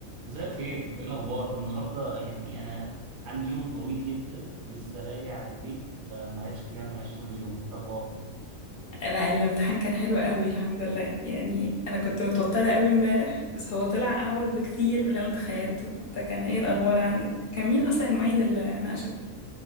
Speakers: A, on the right (about 60°); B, on the left (about 50°).
A: مساء الخير، ايه الاخبار؟ النهارده يعني انا عندي يوم طويل جدا لسه راجع البيت فمعرفش كلام معيش طول اليوم، ايه الاخبار؟
B: لا الامتحان كان حلو قوي الحمد لله يعني انا كنت متوترة قوي امبارح بس هو طلع اعبط بكتير من اللي انا تخيلته انت كان ايه الاخبار عندك كان مين اصلا المعيد اللي ناقشك